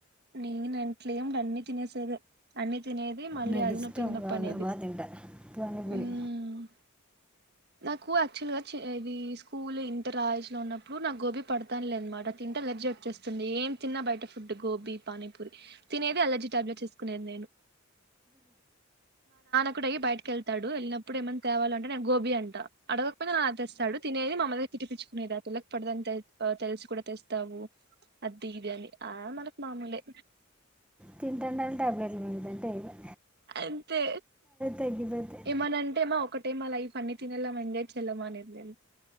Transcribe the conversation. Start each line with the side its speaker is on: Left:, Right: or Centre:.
Right: నేనంట్లేం డన్నీ తినేసేదే అన్ని తినేదీ మళ్ళీ
Centre: నాకు
Right: అదినొప్పి
Centre: ఇష్టం
Right: ఇదినొప్పనేది
Centre: బాగా బాగా తింటా పానీపూరి
Right: ఊఁ నాకూ యాక్చుల్ గా చే ఇవీ స్కూలు ఇంటర్ ఆయేజ్ లో ఉన్నప్పుడు నాక్ గోబీ పడతాన్లే అన్మాట తింటే లేప్ ర్జీ వచ్చేస్తుంది ఏం తిన్నా బయట ఫుట్టు గోబీ పానీపూరి తినేది అలర్జీ టాబ్లెట్స్ ఏస్కునేది నేను ఒక్కడై బైటి కెళ్తాడు ఎళ్ళినప్పుడు ఏమన్న తేవాల అంటే నేన్ గోబీ అంట అడగకపోయిన తెస్తాడు తినేది మా అమ్మ తిట్టిపిచ్చుకునేద ఆ పిల్లకు పడ్దని తెల్ తెల్సి కుడ తెస్తావు. అద్దీ <unintelligible> ని ఆ మనకు మామూలే.
Centre: తింటండ <unintelligible> టాబ్లెట్ మింగుతంటే ఐప్యా.
Right: అంతే
Centre: తగ్గిపోతాయి
Right: ఏమనంటే మా ఒకటే మా లైఫ్ అన్ని తినాలమ్మ ఎంజాయ్ చేయాలమ్మ అనేది నేన్.